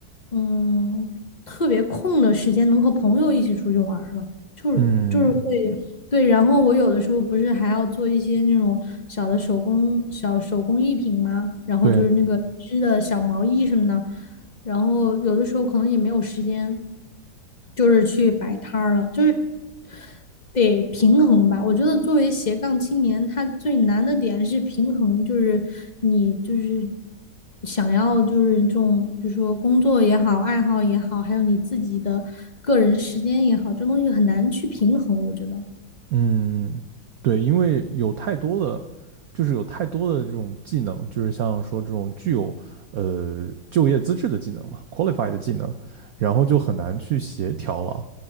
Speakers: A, on the left; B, on the right.
A: 嗯，特别空的时间能和朋友一起出去玩儿了，
B: 嗯，
A: 就是会，对，然后我有的时候不是还要做一些那种小的手工小手工艺品吗？然后就是那个织的小毛衣什么的，
B: 对。
A: 然后有的时候可能也没有时间，就是去摆摊儿了，就是得平衡吧。我觉得作为斜杠青年，他最难的点是平衡，就是你就是想要就是这种，比如说工作也好，爱好也好，还有你自己的个人时间也好，这东西很难去平衡，我觉得。
B: 嗯，对，因为有太多的，就是有太多的这种技能，就是像说这种具有呃就业资质的技能嘛，qualified 的技能，然后就很难去协调了，